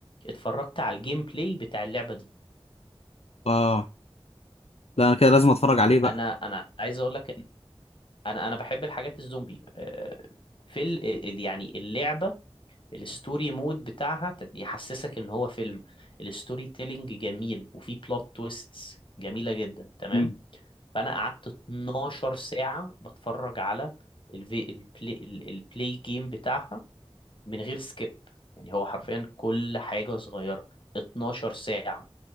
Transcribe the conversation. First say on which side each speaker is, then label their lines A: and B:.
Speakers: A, on the left; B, on the left.
A: اتفرجت على الجيم بلاي بتاع اللعبة دي
B: أه لا أنا كده لازم أتفرج عليه بقى
A: انا انا عايز اقول لك إن انا انا بحب الحاجات الزومبي آه، في ال... ال- يعني اللعبة الستوري مود بتاعها ت- يحسسك ان هو فيلم الستوري تيلينج جميل وفي بلوت تويستس جميلة جدا تمام
B: مم.
A: فانا قعدت 12 ساعه بتفرج على الفي البلاي ال- البلاي جيم بتاعها من غير سكيب يعني هو حرفيا كل حاجه صغيره 12 ساعه